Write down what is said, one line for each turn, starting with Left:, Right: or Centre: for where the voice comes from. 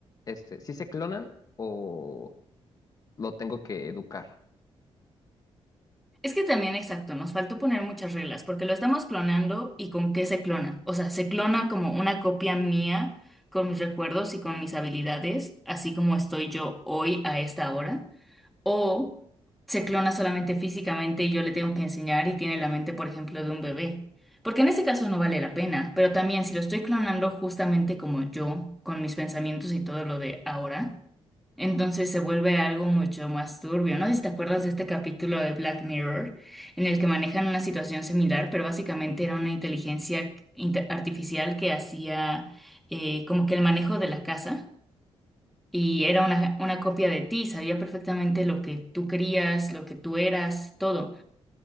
Left: este, si se clonan o lo tengo que educar?
Centre: Es que también, exacto, nos faltó poner muchas reglas, porque lo estamos clonando y con qué se clona. O sea, se clona como una copia mía con mis recuerdos y con mis habilidades, así como estoy yo hoy a esta hora. O se clona solamente físicamente y yo le tengo que enseñar y tiene la mente, por ejemplo, de un bebé. Porque en ese caso no vale la pena, pero también si lo estoy clonando justamente como yo, con mis pensamientos y todo lo de ahora, entonces se vuelve algo mucho más turbio. No sé si te acuerdas de este capítulo de Black Mirror, en el que manejan una situación similar, pero básicamente era una inteligencia inte- artificial que hacía eh, como que el manejo de la casa y era una, una copia de ti, sabía perfectamente lo que tú querías, lo que tú eras, todo.